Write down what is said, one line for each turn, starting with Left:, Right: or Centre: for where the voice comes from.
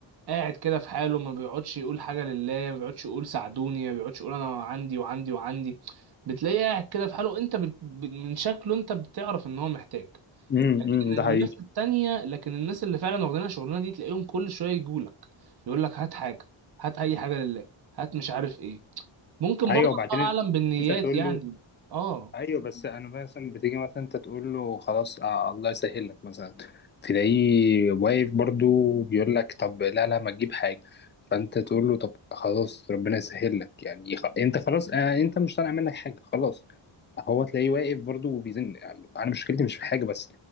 Right: قاعد كده في حاله ما بيقعدش يقول حاجه لله ما بيقعدش يقول ساعدوني ما بيقعدش يقول انا عندي وعندي وعندي بتلاقيه قاعد كده في حاله انت بت... ب- من شكله انت بتعرف ان هو محتاج
Left: امم
Right: لكن
Left: أمم،
Right: الناس
Left: ده حقيقي
Right: التانية لكن الناس اللي فعلا واخدين الشغلانه دي تلاقيهم كل شويه يجولك يقول لك هات حاجه هات اي حاجه لله هات مش عارف ايه ممكن
Left: ايوه
Right: برضه
Left: وبعدين
Right: الله اعلم بالنيات
Left: انت تقول
Right: يعني
Left: له
Right: اه
Left: ايوه بس انا مثلا بتيجي مثلا انت تقول له خلاص آه الله يسهل لك مثلا تلاقيه واقف برضو بيقول لك طب لا لا ما تجيب حاجه فانت تقول له طب خلاص ربنا يسهل لك يعني خ... انت خلاص آه انت مش طالع منك حاجه خلاص هو تلاقيه واقف برضو وبيزن انا مشكلتي مش في حاجه بس